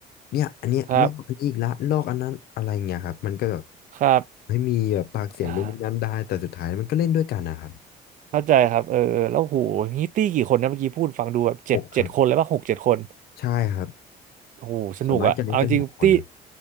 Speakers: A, on the left (about 65°); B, on the right (about 50°).
A: เนี่ยอันเนี้ยลอกอันนี้อีกละลอกอันนั้นอะไรเงี้ยครับมันก็แบบ
B: ครับครับ
A: ไม่มีแบบปากเสียงนู่นนี่นั่นได้แต่สุดท้ายมันก็เล่นด้วยกันนะครับ
B: อ่าเข้าใจครับ เออเออแล้วโหงนี้ตี้กี่คนนะเมื่อกี้พูดฟังดูแบบเจ็ดเจ็ดคนเลยป่ะหกเจ็ดคน
A: หกครับใช่ครับ
B: โอ้โหสนุกอะเอาจริงตี้
A: ส่วนมากจะเล่นกันหกคนครับ